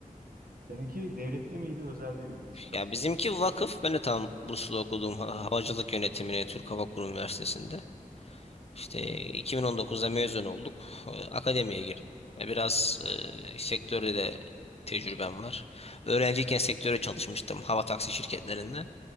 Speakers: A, on the right; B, on the left.
A: Seninki devlette miydi, özelde miydi lisans?
B: Ya bizimki vakıf. Ben de tam Burslu okuduğum ha-
A: Ha,
B: havacılık yönetimine Türk Hava Kurum Üniversitesi'nde. İşte 2019'da mezun olduk. Ee, Akademiye girdim. Ya biraz e, sektörde de tecrübem var. Öğrenciyken sektöre çalışmıştım hava taksi şirketlerinde.